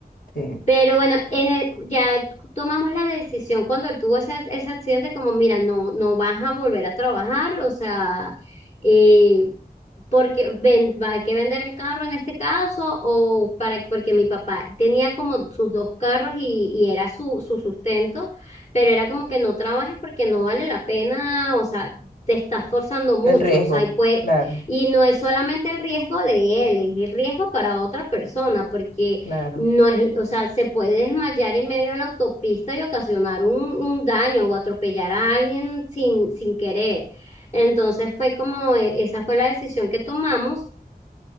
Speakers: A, on the left; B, on the left.
A: Sí,
B: Pero bueno, en el- ya tomamos la decisión cuando él tuvo ese, ese accidente, como mira, no, no vas a volver a trabajar, o sea, eh, porque ven, va, hay que vender el carro en este caso, o para, porque mi papá tenía como sus dos carros y, y era su, su sustento, pero era como que no trabajes porque no vale la pena, o sea, te estás forzando mucho,
A: el riesgo,
B: o sea, y pues,
A: claro,
B: y no es solamente el riesgo de él, es el riesgo para otra persona, porque
A: claro.
B: no es, o sea, se puede desmayar en medio de la autopista y ocasionar un, un daño o atropellar a alguien sin, sin querer. Entonces fue como, eh, esa fue la decisión que tomamos